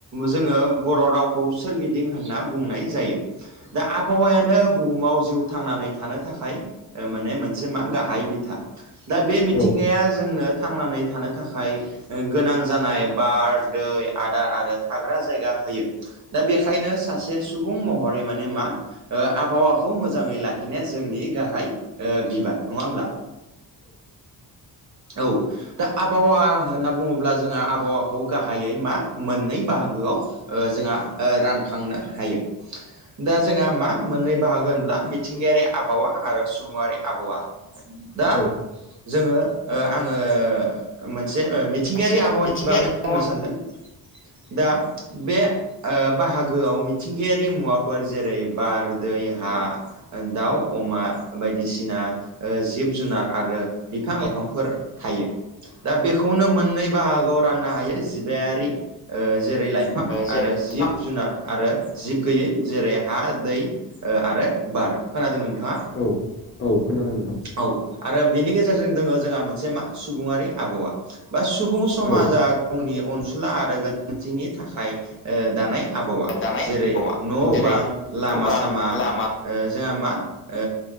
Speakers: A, on the right; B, on the left.
A: जोङो बर' रावखौ सोरगिदिं होनना बुंनाय जायो। दा आबहावायानो बुहुमाव जिउ थांनानै थानो थाखाय ओ माने मोनसे मा गाहाय बिथा दा बे मिथिंगाया
B: औ
A: जोंनो थांनानै थानो थाखाय गोनां जानाय बार दै आदार आरो थाग्रा जायगा होयो। दा बेखायनो सासे सुबुं महरै माने मा ओ आबहावाखौ मोजाङै लाखिनाया जोंनि गाहाय ओ बिबान नङा होमब्ला औ दा आबहावा होनना बुङोब्ला जोङो आबहावाखौ गाहायै मा मोननै बाहागोआव ओ जोंहा रानखांनो हायो दा जोंहा मा मोननै बाहागो होनब्ला ब्ला मिथिंगायारि आबहावा आरो सुबुङारि आबहावा दा
B: औ
A: जोङो ओ आङो मोनसे मिथिंगायारि
B: मोनसे
A: आबहावानि
B: मिथिंगायारि
A: बागैनो
B: मुवानि
A: बुंनो सानदों। दा बे ओ बाहागोआव मिथिंगायारि मुवाफोर जेरै बार दै हा दाउ अमा बायदिसिना ओ जिब जुनार आरो बिफां लाइफांफोर थायो। दा बेखौनो मोननै बाहागोआव राननो हायो जिबायारि जेरै लाइफां फां
B: जेरै
A: आरो
B: बिफां
A: जिब जुनार आरो जिब गैयै जेरै हा दै ओ आरो बार खोनादों नोंथाङा
B: औ औ खोनादों नोंथां।
A: औ आरो बेनि गेजेरजों दोङो जोंहा मोनसे मा सुबुङारि आबहावा बा सुबुं समाजा
B: औ
A: गावनि अनसुला आरो गोनांथिनि थाखाय ओ दानाय आबहावा
B: दानाय
A: जेरै
B: औवा
A: न'
B: जेरै
A: बां लामा
B: बां
A: सामा
B: लामा
A: ओ जोंहा मा ओ